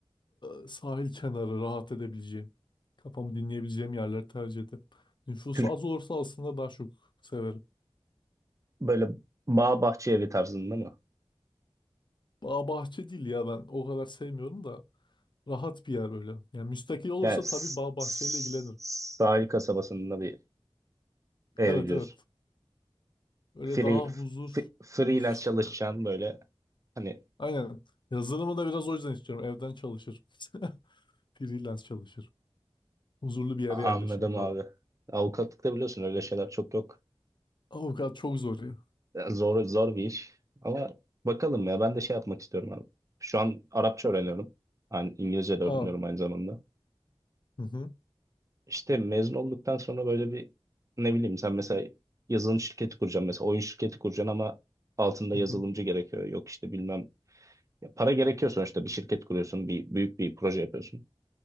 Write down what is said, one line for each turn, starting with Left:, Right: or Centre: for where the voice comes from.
Left: e, sahil kenarı rahat edebileceğim. Kafamı dinleyebileceğim yerleri tercih ederim. Nüfusu
Right: Türk
Left: az olursa aslında daha çok severim.
Right: böyle bağ bahçe evi tarzında mı?
Left: Bağ bahçe değil ya ben o kadar sevmiyorum da rahat bir yer böyle. Yani müstakil olursa
Right: Yani s-
Left: tabii bağ
Right: s-
Left: bahçeyle ilgilenirim.
Right: sahil kasabasında bir ev
Left: Evet
Right: diyorsun.
Left: evet. Öyle
Right: Free,
Left: daha huzur
Right: f- freelance
Left: huzur.
Right: çalışacağın
Left: <laughs>
Right: böyle hani
Left: Aynen. Yazılımı da biraz o yüzden istiyorum. Evden çalışırım. <laughs> Freelance çalışırım. Huzurlu bir yere
Right: anladım
Left: yerleşirim falan.
Right: abi. Avukatlıkta biliyorsun öyle şeyler çok yok.
Left: Avukat çok zor ya.
Right: Ya Zor zor bir iş. Ama bakalım ya ben de şey yapmak istiyorum abi. Şu an Arapça öğreniyorum. Yani İngilizce de öğreniyorum
Left: Aa.
Right: aynı zamanda.
Left: Hı hı.
Right: İşte mezun olduktan sonra böyle bir ne bileyim sen mesela yazılım şirketi kuracaksın mesela oyun şirketi kuracaksın ama altında
Left: Hı
Right: yazılımcı
Left: hı.
Right: gerekiyor. Yok işte bilmem Ya para gerekiyor sonuçta bir şirket kuruyorsun bir büyük bir proje yapıyorsun.